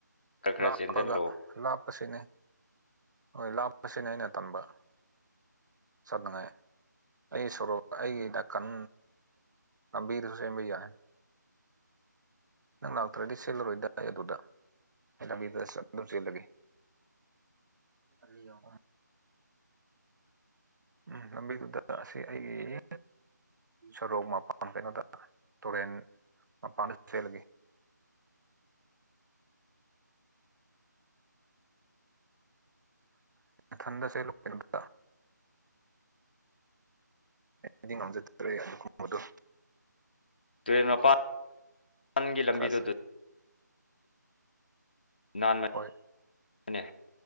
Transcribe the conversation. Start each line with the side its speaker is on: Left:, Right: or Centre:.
Left: ꯈꯔ ꯈꯔ
Right: ꯂꯥꯞꯄꯒ
Left: ꯆꯦꯟꯁꯤꯜꯂꯣ
Right: ꯂꯥꯞꯄꯁꯤꯅꯦ ꯍꯣꯏ ꯂꯥꯞꯄꯁꯤꯅꯦ ꯑꯩꯅ ꯇꯝꯕ ꯆꯠꯅꯤꯡꯉꯥꯏ ꯑꯩ ꯁꯣꯔꯣꯛ ꯑꯩꯒꯤ ꯅꯥꯀꯟ ꯂꯝꯕꯤꯗꯨ ꯁꯦꯝꯕ ꯌꯥꯏ ꯅꯪ ꯂꯥꯛꯇꯔꯗꯤ ꯆꯦꯜꯂꯔꯣꯏ ꯗ ꯑꯗꯨꯗ ꯑꯩ ꯂꯝꯕꯤꯗ ꯑꯗꯨꯝ ꯆꯦꯜꯂꯒꯦ <unintelligible> ꯎꯝ ꯂꯝꯕꯤꯗꯨꯗ ꯑꯁꯤ ꯑꯩꯒꯤ ꯁꯣꯔꯣꯛ ꯃꯄꯥꯟ ꯀꯩꯅꯣꯗ ꯇꯨꯔꯦꯟ ꯃꯄꯥꯟ ꯆꯦꯜꯂꯒꯦ ꯊꯟꯗ ꯆꯦꯜꯂꯛꯄ ꯅꯨꯃꯤꯠ ꯇꯣ ꯑꯩꯗꯤ ꯉꯝꯖꯗ꯭ꯔꯦ ꯑꯗꯨꯒꯨꯝꯕꯗꯣ
Left: ꯇꯨꯔꯦꯟ ꯃꯄꯥꯜ <inaudible> ꯒꯤ ꯂꯝꯕꯤꯗꯣ
Right: ꯈꯔꯁꯦ
Left: ꯗꯨ ꯅꯥꯟꯃ
Right: ꯍꯣꯏ
Left: <inaudible> ꯅꯦ